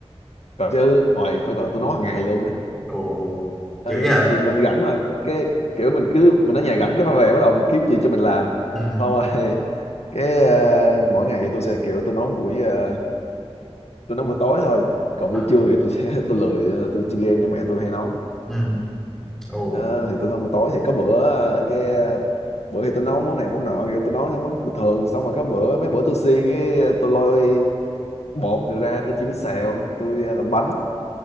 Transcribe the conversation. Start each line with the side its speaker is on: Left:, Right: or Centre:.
Left: Còn chứ ngoài phải gọi là tôi nấu hàng ngày luôn á
Centre: ồ dữ
Left: Đấy,
Centre: à
Left: thì mình rảnh mà cái kiểu mình cứ mình ở nhà rảnh cái mà về bắt đầu mình kiếm gì cho mình làm
Centre: ừ.
Left: xong rồi <laughs> cái ờ, mỗi ngày thì tôi sẽ kiểu tôi nấu buổi ờ, tôi nấu buổi tối thôi còn
Centre: À,
Left: buổi trưa thì tôi sẽ <laughs> tôi lười ờ, tôi chơi game với mẹ tôi hay nấu
Centre: ừ. ồ
Left: Ờ, thì tôi nấu buổi tối thì có bữa ờ, cái ờ, bữa thì tôi nấu món này món nọ kìa, tôi nấu những món bình thường xong rồi có bữa mấy bữa tôi xiên cái ờ, tôi lôi bột này ra tôi chiên bánh xèo tôi ờ, làm bánh